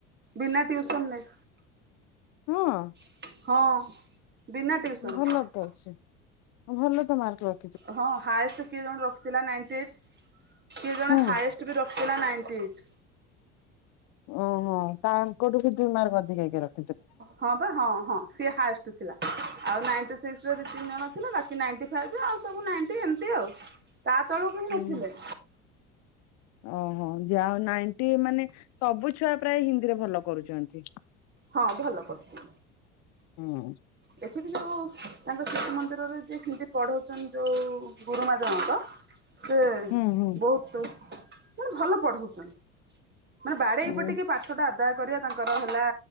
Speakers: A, on the right; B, on the left.
A: ବିନା ଟ୍ୟୁସନ୍ ରେ।
B: ହଁ?
A: ହଁ। ବିନା ଟିଉସନ
B: ଭଲ ତ ଅଛି ଭଲ ତ ମାର୍କ ର
A: ହଁ ହାଏଷ୍ଟ୍ କିଏ ଜଣେ ରଖିଥିଲା ନାଇଣ୍ଟି ଏଇଟ୍। କିଏ ଜଣେ
B: ହୁଁ
A: ହାଏଷ୍ଟ୍ ବି ରଖିଥିଲା ନାଇଣ୍ଟି ଏଇଟ୍।
B: ଓହୋ ତାଙ୍କଠୁ ବି ଦ ମାର ଅଧିକକି ରଖ
A: ହଁ ବା ହଁ ହଁ ସିଏ ହାଏଷ୍ଟ ଥିଲା। ଆଉ ନାଇଣ୍ଟି ସିକ୍ସ ରେ ଦି ତିନି ଜଣ ଥିଲା ବାକି ନାଇ ଫାଇ ରେ ଆଉ ସବୁ ନାଇ ଏମିତି ଆଉ। ତା ତଳକୁ ପଣ
B: ହୁଁ।
A: ନଥିଲେ
B: ଓହୋ ଯାହାଉ ନାଇଟି ମାନେ ସବୁ ଛୁଆ ପ୍ରାୟ ହିନ୍ଦୀରେ ଭଲ କରୁଛନ୍ତି
A: ହଁ ଭଲ କରୁଛି
B: ହୁଁ
A: ଦେଖିବି ଯୋଉ ତାଙ୍କ ଶିଶୁ ମନ୍ଦିର ରେ ହିତି ପଢଉଚନ୍ତି ଯୋଉ ଗୁରୁମା ଜଣଙ୍କ ସେ
B: ହୁଁ ହୁଁ
A: ବହୁତ ମାନେ ଭଲ ପଢଉଛନ୍ତି। ମାନେ ବାଡେଇ
B: ଉଁ
A: ଏଇପଟ ଟିକେ ପାଠ ଟା ଆଦାୟ କରିବା ତାଙ୍କର ହେଲା